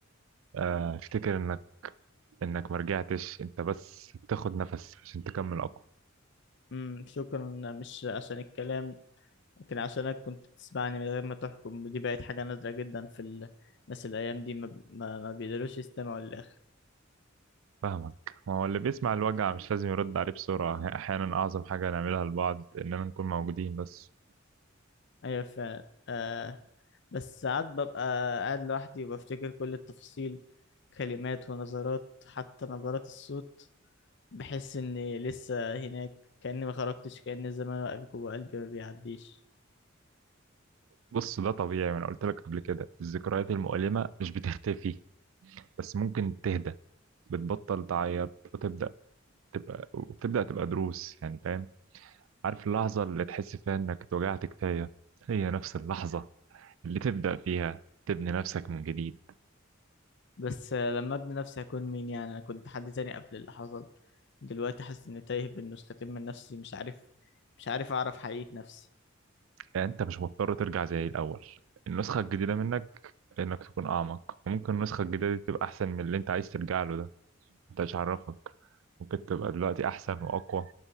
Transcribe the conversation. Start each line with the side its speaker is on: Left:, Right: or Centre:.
Right: آه، افتكر إنك انك ما رجعتش انت بس بتاخد نفس عشان تكمل اقوى
Left: امم شكرا مش عشان الكلام لكن عشانك كنت بتسمعني من غير ما تحكم ودي بقت حاجة نادرة جدا في ال- الناس الأيام دي ما, ما, ما بيقدروش يستمعوا للآخر
Right: فاهمك ما هو اللي بيسمع الوجع مش لازم يرد عليه بسرعة احيانا اعظم حاجة نعملها لبعض اننا نكون موجودين بس
Left: أيوة فعلا آه بس ساعات ببقى قاعد لوحدي وبفتكر كل التفاصيل كلمات ونظرات حتى نبرات الصوت بحس إني لسه هناك كأني ما خرجتش كأن الزمان واقف جوه قلبي ما بيعديش
Right: بص ده طبيعي وانا قلت لك قبل كده الذكريات المؤلمة مش بتختفي بس ممكن تهدى بتبطل تعيط وتبدأ تبقى وبتبدأ تبقى دروس يعني فاهم عارف اللحظة اللي تحس فيها انك اتوجعت كفاية هي نفس اللحظة اللي تبدأ فيها تبني نفسك من جديد
Left: بس آه، لما ابني نفسي هكون مين يعني انا كنت حد تاني قبل اللي حصل دلوقتي حاسس اني تايه بين نسختين من نفسي مش عارف مش عارف اعرف حقيقة نفسي
Right: يعني انت مش مضطر ترجع زي الاول النسخه الجديده منك انك تكون اعمق وممكن النسخه الجديده دي تبقى احسن من اللي انت عايز ترجع له ده انت مش عارفك ممكن تبقى دلوقتي احسن واقوى